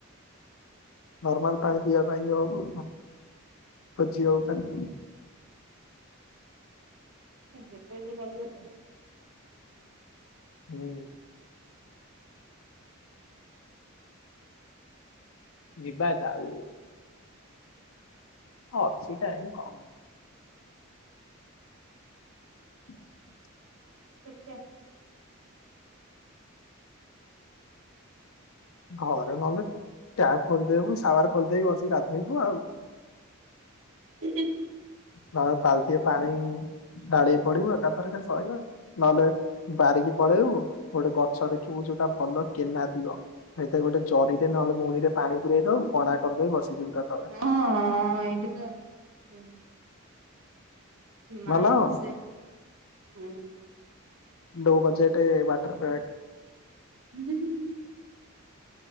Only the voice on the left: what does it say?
ନର୍ମାଲ ପାଣି ପିଇବା ପାଇଁ ଯାଉ ଆଉ କଣ। ଖୋଜି ହବୁ ଖାଲି।
ହୁଁ। ଯିବା, ଯାଉ ହଁ, ଅଛି ଟାଇମ୍ କଣ <inaudible>
ଘରେ ଗଲେ ଟ୍ୟାପ୍ ଖୋଲିଦେବୁ ସାୱାର ଖୋଲିଦେଇକି ବସିକି ଗାଧୋଇବୁ ଆଉ।
ପା ବାଲ୍ଟିଏ ପାଣି ପାଳି ପଡିବୁ ଏକାଥରକେ ସଇଲା। ନହେଲେ ବାହାରିକି ପଳେଇବୁ। ଗୋଟେ ଗଛ ଦେଖିବୁ ଯୋଉଟା ଭଲ କେନା ଥିବ ହେଇଥିରେ ଗୋଟେ ଜରିରେ ନହେଲେ ମୁଣି ରେ ପାଣି ପୁରେଇ ଦବୁ, କଣା କରିଦେଇ ବସିଥିବୁ ତା ତଳେ
ଭଲ ହବନି
ଲୋ ବଜେଟେ ୱାଟର ପ୍ରାକ